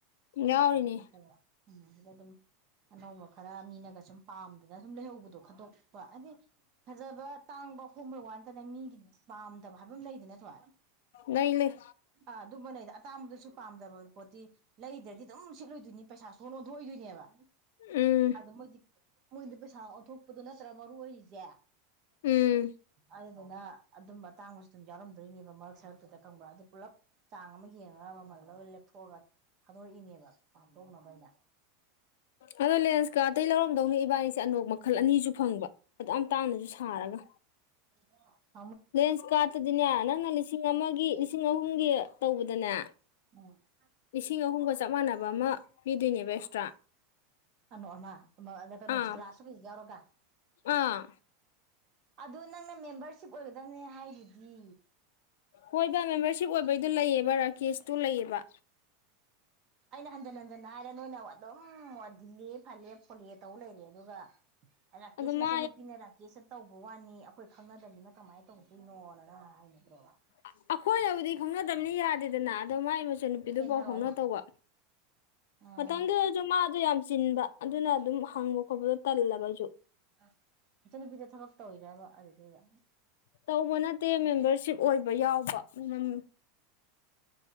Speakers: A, on the right (about 35°); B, on the left (about 75°).
A: ꯁꯨꯠꯇꯕ
B: ꯌꯥꯎꯔꯤꯅꯤ
A: ꯈꯣꯠꯇꯕ ꯎꯝ ꯑꯗꯨꯗ ꯑꯗꯨꯝ ꯑꯅꯧꯕ ꯈꯔ ꯃꯤꯅꯒ ꯁꯨꯝ ꯄꯥꯝꯗꯅ ꯁꯨꯝ ꯂꯩꯍꯧꯕꯗꯣ ꯈꯟꯗꯣꯛꯄ ꯍꯥꯏꯗꯤ ꯐꯖꯕ ꯇꯥꯡꯕ ꯍꯣꯡꯕꯩ ꯋꯥ ꯅꯠꯇꯅ ꯃꯤꯒꯤꯗꯤ ꯄꯥꯝꯗꯕ ꯍꯥꯏꯕ ꯑꯃ ꯂꯩꯗ ꯅꯠꯇ꯭ꯔꯣ
B: ꯂꯩ ꯂꯩ
A: ꯑꯥ ꯑꯗꯨꯝꯕ ꯂꯩꯗ ꯑꯇꯥꯡꯕꯗꯁꯨ ꯄꯥꯝꯗꯕ ꯄꯣꯠꯇꯤ ꯂꯩꯗ꯭ꯔꯗꯤ ꯑꯗꯨꯝ ꯁꯤꯠꯂꯨꯗꯣꯏꯅꯤ ꯄꯩꯁꯥ ꯁꯣꯟ ꯂꯣꯟꯊ ꯊꯣꯛꯏꯗꯣꯏꯅꯦꯕ
B: ꯎꯝ
A: ꯑꯗ ꯃꯣꯏꯗꯤ ꯃꯣꯏꯗꯤ ꯄꯩꯁꯥ ꯑꯣꯟꯊꯣꯛꯄꯗꯣ ꯅꯠꯇ꯭ꯔꯒ ꯃꯔꯨ ꯑꯣꯏꯔꯤꯁꯦ
B: ꯎꯝ
A: ꯑꯗꯨꯗꯨꯅ ꯑꯗꯨꯝ ꯑꯇꯥꯡꯕꯁꯨ ꯑꯗꯨꯝ ꯌꯥꯎꯔꯝꯗꯣꯏꯅꯦꯕ ꯃꯔꯛ ꯁꯔꯛꯇꯨꯗ ꯈꯪꯕ꯭ꯔꯥ ꯑꯗꯨ ꯄꯨꯂꯞ ꯆꯥꯡ ꯑꯃ ꯌꯦꯡꯉꯒ ꯃꯃꯜꯗ ꯂꯦꯞꯊꯣꯛꯑꯒ ꯊꯥꯗꯣꯔꯛꯏꯅꯦꯕ ꯆꯥꯛꯗꯧꯅꯕꯥꯏꯗ
B: ꯑꯗꯣ ꯂꯦꯟꯁꯀ ꯑꯇꯩ ꯂꯧꯔꯝꯗꯧꯅꯦ ꯏꯕꯥꯅꯤꯁꯦ ꯑꯅꯣꯛ ꯃꯈꯜ ꯑꯅꯤꯁꯨ ꯐꯪꯕ ꯑꯗꯨ ꯌꯥꯝ ꯇꯥꯡꯅꯁꯨ ꯁꯥꯔꯒ
A: ꯍ ꯍ
B: ꯂꯦꯟꯁ ꯀꯥꯔꯠꯇꯗꯤꯅꯦ ꯅꯪꯅ ꯂꯤꯁꯤꯡ ꯑꯃꯒꯤ ꯂꯤꯁꯤꯡ ꯑꯍꯨꯝꯒꯤ ꯇꯧꯕꯗꯅꯦ
A: ꯎꯝ
B: ꯂꯤꯁꯤꯡ ꯑꯍꯨꯝꯒ ꯆꯞ ꯃꯥꯟꯅꯕ ꯑꯃ ꯄꯤꯗꯣꯏꯅꯦꯕ ꯑꯦꯛꯁꯇ꯭ꯔꯥ
A: ꯑꯅꯣ ꯑꯃ ꯑꯃ ꯑꯗ ꯀꯩꯅꯣ
B: ꯑꯥ
A: ꯒ꯭ꯂꯥꯁꯁꯨ ꯌꯥꯎꯔꯒ
B: ꯑꯥ
A: ꯑꯗꯣ ꯅꯪꯅ ꯃꯦꯝꯕꯔꯁꯤꯞ ꯑꯣꯏꯒꯗꯕꯅꯦ ꯍꯥꯏꯗꯨꯗꯤ
B: ꯍꯣꯏꯕ ꯃꯦꯝꯕꯔꯁꯤꯞ ꯑꯣꯏꯕꯩꯗꯣ ꯂꯩꯑꯕ ꯔꯥꯀꯦꯁꯇꯨ ꯂꯩꯑꯕ
A: ꯑꯩꯅ ꯍꯟꯖꯟ ꯍꯟꯖꯟꯅ ꯍꯥꯏꯔꯦ ꯅꯣꯏꯅ ꯑꯗꯨꯝ ꯋꯥ ꯗꯤꯜꯂꯦ ꯐꯜꯂꯦ ꯐꯣꯠꯂꯦ ꯇꯧ ꯂꯩꯔꯦ ꯑꯗꯨꯒ ꯑ ꯔꯥꯀꯦꯁ
B: ꯑꯗꯣ
A: ꯃꯆꯟ
B: ꯃꯥ
A: ꯅꯨꯄꯤꯅꯦ ꯔꯥꯀꯦꯁ ꯇꯧꯕ ꯋꯥꯅꯤ ꯑꯩꯈꯣꯏ ꯈꯪꯅꯗꯕꯕꯅꯤꯅ ꯀꯃꯥꯏ ꯇꯧꯗꯣꯏꯅꯣꯅ ꯅꯪꯅ ꯍꯥꯏ ꯅꯇꯔꯣ
B: ꯑꯩꯈꯣꯏꯅꯕꯨꯗꯤ ꯈꯪꯅꯗꯕꯅꯤ ꯌꯥꯗꯦꯗꯅ ꯑꯗꯣ ꯃꯒꯤ ꯃꯆꯟ ꯅꯨꯄꯤꯗꯣ
A: ꯐꯦꯟ
B: ꯄꯥꯎ
A: ꯊꯥꯔꯛꯑꯣꯅ
B: ꯐꯥꯎꯅ ꯇꯧꯕ
A: ꯑꯥ
B: ꯃꯇꯝꯗꯨ ꯑꯗꯣ ꯃꯥꯗꯣ ꯌꯥꯝ ꯆꯤꯟꯕ ꯑꯗꯨꯅ ꯑꯗꯨꯝ ꯍꯪꯕ ꯈꯣꯠꯄꯗꯣ ꯇꯜꯂꯕ ꯑꯩꯁꯨ
A: ꯑ ꯏꯆꯟꯅꯨꯄꯤꯗꯣ ꯊꯕꯛ ꯇꯧꯋꯤꯔꯕ ꯑꯗꯨꯗꯨꯗ
B: ꯇꯧꯕ ꯅꯠꯇꯦ ꯃꯦꯝꯕꯔꯁꯤꯞ ꯑꯣꯏꯕ ꯌꯥꯎꯕ ꯎꯝ